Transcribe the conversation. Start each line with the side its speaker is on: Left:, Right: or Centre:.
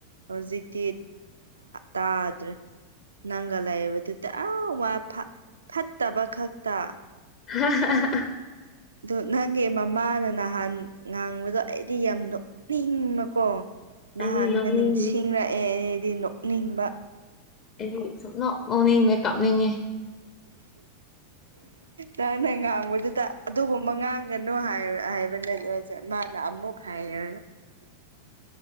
Right: ꯍꯧꯖꯤꯛꯇꯤ ꯇꯥꯗ꯭ꯔꯦ ꯅꯪꯒ ꯂꯩꯕꯗꯨꯗꯤ ꯑ ꯋꯥ ꯐꯠꯇꯕ ꯈꯛꯇ
Left: ꯍꯥꯍꯥꯍꯥꯍꯥ
Right: ꯑꯣ ꯅꯪꯒꯤ ꯃꯃꯥꯅ ꯅꯍꯥꯟ ꯉꯥꯡꯕꯗꯣ ꯑꯩꯗꯤ ꯌꯥꯝ ꯅꯣꯛ ꯅꯣꯛꯅꯤꯡꯕꯀꯣ ꯅꯍꯥꯟꯒ
Left: ꯑꯩꯗꯤ ꯅꯣꯛꯅꯤꯡꯉꯦ
Right: ꯅꯤꯡꯁꯤꯡꯂꯛꯑꯦ ꯑꯩꯗꯤ ꯅꯣꯛꯅꯤꯡꯕ
Left: ꯑꯩꯗꯤ ꯁꯨꯛꯅꯣꯛ ꯅꯣꯛꯅꯤꯡꯗꯦ ꯀꯞꯅꯤꯡꯉꯦ
Right: ꯅꯪꯅ ꯉꯥꯡꯕꯗꯨꯗ ꯑꯗꯨꯒꯨꯝꯕ ꯉꯥꯡ ꯍꯥꯏꯅ ꯑꯃꯃꯨꯛ ꯍꯥꯏꯔꯒꯥ